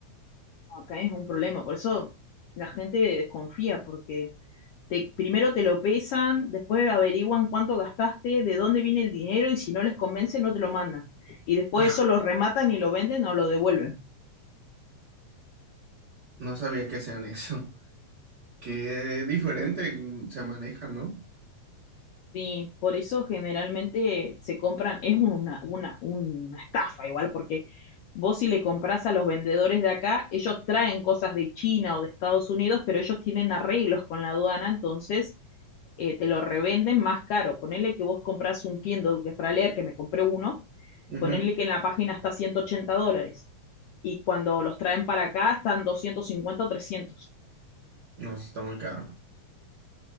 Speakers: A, on the left (about 75°); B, on the right (about 60°).
A: Acá es un problema, por eso la gente desconfía, porque te, primero te lo pesan, después averiguan cuánto gastaste, de dónde viene el dinero y si no les convence no te lo mandan. Y después
B: Ah,
A: eso lo rematan y lo venden o lo devuelven.
B: no sabía que sean eso. <laughs> Qué diferente mm, se maneja, ¿no?
A: Sí, por eso generalmente se compran, es una, una, una estafa igual, porque vos si le compras a los vendedores de acá, ellos traen cosas de China o de Estados Unidos, pero ellos tienen arreglos con la aduana, entonces eh, te lo revenden más caro. Ponerle que vos compras un Kindle que es para leer, que me compré uno,
B: Ujú.
A: ponerle que en la página está 180 dólares y cuando los traen para acá están 250 o trescientos
B: No, sí está muy caro.